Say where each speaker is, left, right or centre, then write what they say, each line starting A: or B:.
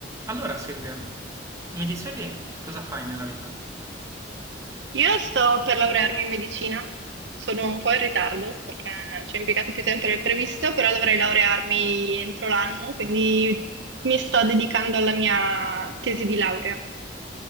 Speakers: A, on the right; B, on the right.
A: Allora Silvia, mi dicevi cosa fai nella vita?
B: Io sto per laurearmi in medicina, sono un po' in ritardo perché ci ho impiegato più tempo del previsto, però dovrei laurearmi entro l'anno, quindi mi sto dedicando alla mia tesi di laurea.